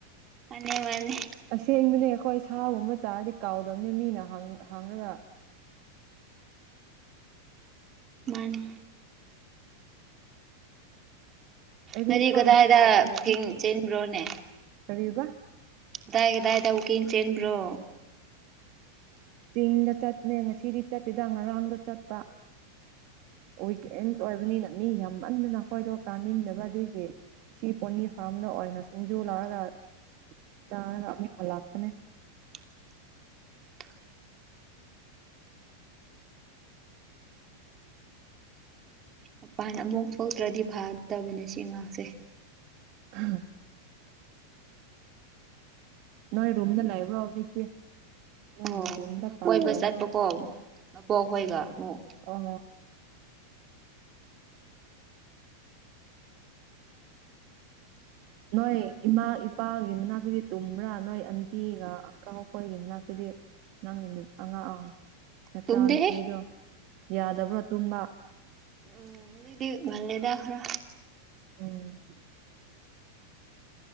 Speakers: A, on the right (about 30°); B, on the right (about 50°).
A: ꯃꯥꯟꯅꯦ ꯃꯥꯟꯅꯦ
B: ꯁꯦꯡꯕꯅꯦ ꯑꯈꯣꯏ ꯁꯥꯒꯨꯝꯕ ꯆꯥꯔꯗꯤ ꯀꯥꯎꯗꯕꯅꯦ ꯃꯤꯅ ꯍꯪ ꯍꯪꯔꯒ
A: ꯃꯥꯅꯤ
B: ꯑꯦꯔꯤꯁ
A: ꯅꯪꯗꯤ
B: ꯈꯣꯏꯕꯨꯁꯨ
A: ꯀꯗꯥꯏꯗ
B: ꯀꯥꯎꯕꯅꯦ
A: ꯋꯥꯛꯀꯤꯡ ꯆꯦꯟꯕ꯭ꯔꯣꯅꯦ
B: ꯀꯔꯤꯕ
A: ꯇꯥꯏ ꯇꯥꯏ ꯋꯥꯛꯀꯤꯡ ꯆꯦꯟꯕ꯭ꯔꯣ
B: ꯆꯤꯡꯗ ꯆꯠꯅꯦ ꯉꯁꯤꯗꯤ ꯆꯠꯇꯦꯗ ꯉꯔꯥꯡꯗ ꯆꯠꯄ ꯑꯣꯏꯗꯦꯟꯁ ꯑꯣꯏꯕꯅꯤꯅ ꯃꯤ ꯌꯥꯝꯃꯟꯗ ꯑꯈꯣꯏꯗꯣ ꯀꯥꯅꯤꯡꯗꯕ ꯑꯗꯨꯒꯤ ꯁꯤ ꯄꯣꯅꯤ ꯐꯥꯔꯝꯗ ꯑꯣꯏꯅ ꯁꯤꯡꯖꯨ ꯂꯧꯔꯒ ꯆꯥꯔꯒ ꯑꯃꯨꯛ ꯍꯂꯛꯄꯅꯦ
A: <inaudible> ꯃꯄꯥꯟ ꯑꯃꯨꯛ ꯊꯣꯛꯇ꯭ꯔꯗꯤ ꯐꯒꯗꯕꯅꯦ ꯁꯤ ꯑꯉꯥꯡꯁꯦ
B: ꯍꯥ ꯅꯣꯏ ꯔꯨꯝꯗ ꯂꯩꯕ꯭ꯔꯣ ꯍꯧꯖꯤꯛꯇꯤ ꯅꯣꯏꯒꯤ
A: ꯑꯣ
B: ꯔꯨꯝꯗ
A: ꯃꯥ
B: ꯀꯥꯈ꯭ꯔꯕ꯭ꯔꯣ
A: ꯀꯣꯏꯕ ꯆꯠꯄꯀꯣ ꯃꯕꯣꯛ ꯍꯣꯏꯒ ꯑꯃꯨꯛ
B: ꯑꯣ ꯅꯣꯏ ꯏꯃꯥ ꯏꯄꯥꯒꯤ ꯃꯅꯥꯛꯇꯗꯤ ꯇꯨꯝꯕ꯭ꯔꯥ ꯅꯣꯏ ꯑꯟꯇꯤꯒ ꯑꯪꯀꯜ ꯃꯈꯣꯏꯒꯤ ꯃꯅꯥꯛꯇꯗꯤ ꯅꯪꯒꯤ ꯅꯨ ꯑꯉꯥꯡ ꯑꯥ ꯅꯆꯥ
A: ꯇꯨꯝꯗꯦꯍꯦ
B: ꯅꯨꯨꯄꯤꯗꯣ ꯌꯥꯗꯕ꯭ꯔꯣ ꯇꯨꯝꯕ
A: ꯎꯝ ꯍꯧꯖꯤꯛꯇꯤ ꯉꯜꯂꯦꯗ ꯈꯥꯔ
B: ꯎꯝ